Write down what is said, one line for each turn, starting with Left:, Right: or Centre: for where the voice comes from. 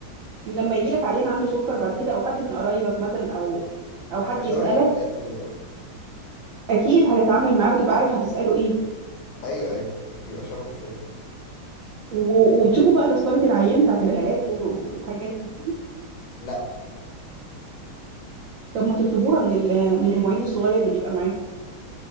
Right: لما يجيلك عيان عنده سكر بعد كده أو حد من قرايبك مثلا أو أو حد
Left: هيبقى شبه
Right: يسألك
Left: الحلقات يعني اه
Right: أكيد هتتعامل معاه وتبقى عارف هتسأله ايه.
Left: ايوه ايوه بيبقى شبه شوية
Right: و- وبتشوفوا بقى تذكرة العيان بتاعت العلاج والحاجات دي
Left: لا
Right: طب ما تطلبوها من ال- من المعيد الصغير اللي بيبقى معاكم